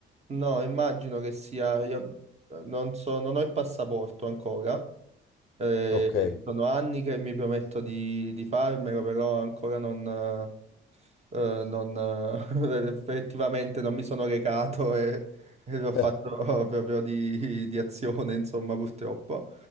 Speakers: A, on the right; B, on the left.
A: No, immagino che sia, io eh, non so, non ho il passaporto ancora, Mm. eh,
B: Ok, <laughs>
A: sono anni che mi prometto di, di farmelo, però ancora non, eh, non, eh, <laughs> effettivamente non mi sono recato e, e l'ho fatto
B: Eh,
A: <laughs> proprio di, di azione, insomma, purtroppo.